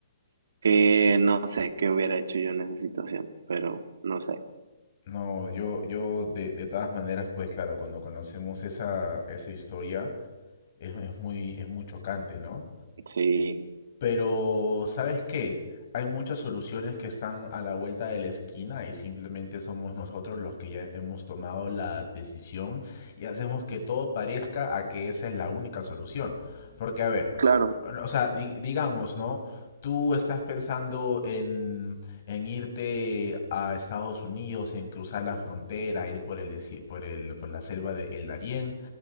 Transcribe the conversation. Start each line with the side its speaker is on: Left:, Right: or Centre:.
Right: que no sé qué hubiera hecho yo en esa situación, pero no sé.
Left: No, yo, yo de, de todas maneras, pues claro, cuando conocemos esa, esa historia, es, es muy, es muy chocante, ¿no?
Right: Sí,
Left: Pero, ¿sabes qué? Hay muchas soluciones que están a la vuelta de la esquina y simplemente somos nosotros los que ya hemos tomado la decisión y hacemos que todo parezca a que esa es la única solución. Porque, a ver,
Right: claro,
Left: o sea, di- digamos, ¿no? Tú estás pensando en, en irte a Estados Unidos, en cruzar la frontera, ir por el, desi- por el, por la selva de El Darién,